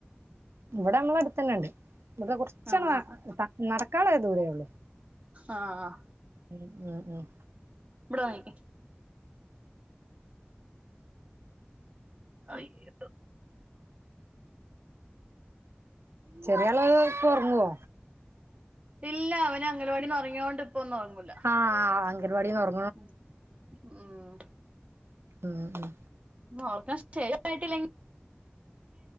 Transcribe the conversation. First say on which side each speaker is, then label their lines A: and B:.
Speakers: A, on the right; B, on the right.
A: ഇവിടെ നമ്മളെ അടുത്തന്നെണ്ട് ഇവിടെ കൊറച്ച്
B: ആഹ്
A: നടക്കാള്ളെ ദൂരോള്ളു
B: ആഹ് ആഹ്
A: ഉം ഉം ഉം
B: ഇവിടെ നിക്ക് <unintelligible>
A: ചെറിയ ആള് പ്പോ ഒറങ്ങോ
B: ഇല്ല അവന് അംഗൻവാടിന്ന് ഒറങ്ങിയോണ്ട് ഇപ്പൊന്നും ഒറങ്ങൂല
A: ആഹ് ആഹ് അംഗൻവാടിന്ന് ഒറ
B: ഉം
A: ഉം ഉം
B: ഓർക്കാൻ <unintelligible>